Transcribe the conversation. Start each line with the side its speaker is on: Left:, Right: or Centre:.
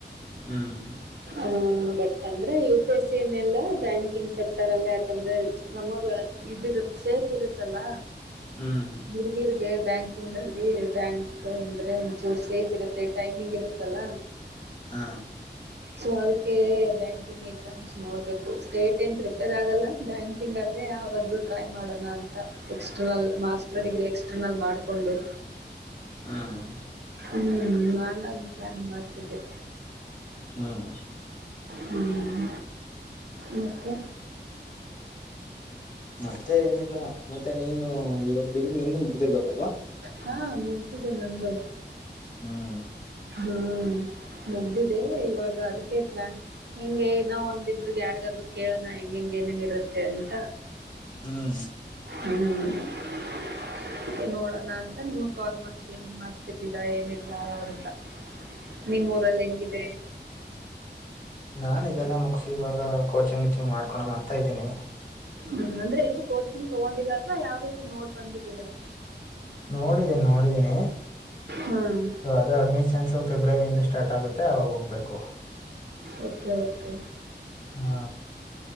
Left: ಹ್ಮ್.
Right: ಹ ಬಟ್ ಅಂದ್ರೆ ಯು ಪಿ ಎಸ್ಸ ನ್ ಎಲ್ಲ ಬ್ಯಾಂಕಿಂಗ್ ಸೆಕ್ಟರ್ ಅಲ್ಲ ಯಾಕಂದ್ರೆ ನಮಗ ಇದಿರುತ್ತ ಸೇಫ್ ಇರುತ್ತಲ್ಲ.
Left: ಹ್ಮ್.
Right: ಹುಡುಗಿರ್ಗೆ ಬ್ಯಾಂಕಿಂಗ್ ಅಲ್ಲಿ ಬ್ಯಾಂಕ್ ಅಂದ್ರೆ ಒಂಚೂರು ಸೇಫ್ ಇರುತ್ತೆ ಟೈಮಿಂಗ್ ಇರುತ್ತಲ್ಲ.
Left: ಹಾ.
Right: ಸೊ ಅದಕ್ಕೆ ಬ್ಯಾಂಕಿಂಗ್ ಎಕ್ಸಾಮ್ಸ್ ನೋಡ್ಬೇಕು ಸ್ಟೇಟ್ ಏನ್ ಪ್ರಿಪೇರ್ ಆಗಲ್ಲ ಬ್ಯಾಂಕಿಂಗ್ ಅಲ್ಲೇ ಯಾವದಾದ್ರು ಟ್ರೈ ಮಾಡೋಣ ಅಂತ ಎಕ್ಸ್. ಹಾ ಮಾಸ್ಟರ್ ಡಿಗ್ರಿ ಎಕ್ಸ್ ಅಮಲ್ ಮಾಡಿಕೊಂಡು
Left: ಹ್ಮ್
Right: ಹ್ಮ್ ನಾನದು ಪ್ಲಾನ್ ಮಾಡ ತಿದೆ.
Left: ಹ್ಮ.
Right: ಹ್ಮ್ ಮತ್ತೆ.
Left: ಮತ್ತೆ ಏನಿಲ್ಲ ಮತ್ತೆ ನೀನು. ಹ ಡಿಗ್ರಿ ನಿಂದುು ಮುಗ್ದಿರ್ಬೇಕಲ್ವಾ
Right: ಹಾ ಮುಗ್ದಿದೆ ನಂದು
Left: ಹ್ಮ್
Right: ಹ್ಮ್ ಮುಗ್ದಿದೆ ಇವಾಗ ಅದಕ್ಕೆ ಪ್ಲಾನ್ ಹೆಂಗೆ ಇನ್ನೋ ಒಂದಿಬ್ರಿಗೆ ಯಾರಿಗಾದ್ರು ಕೇಳೋಣ ಹೆಂಗ ಹೆಂಗ ಅಂತ
Left: ಹ್ಮ್
Right: ಹ್ಮೆ ನೋಡೋಣ ಅಂತ ನಿಗ್ ಕಾಲ್ ಮಾಡ ಏನ್ ಮಾಡ್ತಿದ್ದೀರಾ ಏ ಎಲ್ಲ ಅಂತ ನಿಮ್ಮ ೂರಲ್ಲಿ ಹೆಂಗಿದೆ
Left: ನಾಾನ ಜಲ್ಲ ಮುಕ್ಿಸಿ ಬ ಇ ಕೋಚಂಗ್ ವಿಚಿ್ ಮಾಡ್ಕೋಣ ಹತಾ ಇದ್ದೀನಿ
Right: ಹ್ಮ ಅಂದ್ರೆ ಇನ್ನುೂ ಕೋಚಿಂಗ್ ತಗೊಂಡಿಲ್ಲ ಅಥವಾ ಯಾವ್ದಾದ್ರು ನೋಡ್ ಬಂದಿದ್ದೀರಾ
Left: ನೋಡಿದೀನಿ ನೋಡಿದ್ದೀನಿ
Right: ಹ್ಮ್
Left: ಅದು ಅಡ್ಮಿಷನ್ ಸೊ ಫೆಬ್ರವರಿಯಿಂದ ಸ್ಟಾರ್ಟ್ ಆಗುತ್ತೆ ಆಾಗ ಹೋಗ್ಬೇಕು
Right: ಓಕೆ ಓಕೆ
Left: ಹಾ